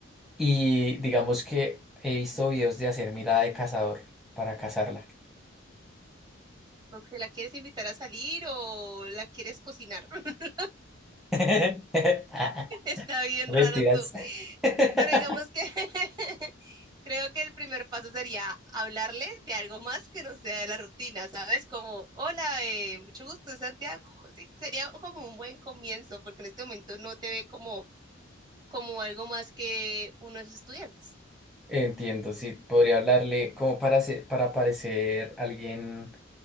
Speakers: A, in the centre; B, on the right (about 20°).
A: Y digamos que he visto videos de hacer mirada de cazador para cazarla.
B: O que la quieres invitar a salir o la quieres cocinar. <laughs>
A: <laughs>
B: Está bien
A: Mentiras.
B: raro todo.
A: <laughs>
B: Pero digamos que <laughs> creo que el primer paso sería hablarle de algo más que no sea de la rutina, ¿sabes? Como, hola, eh, mucho gusto, soy Santiago. Sí, sería como un buen comienzo, porque en este momento no te ve como, como algo más que uno de sus estudiantes.
A: Entiendo, sí, podría hablarle como para, se- para parecer alguien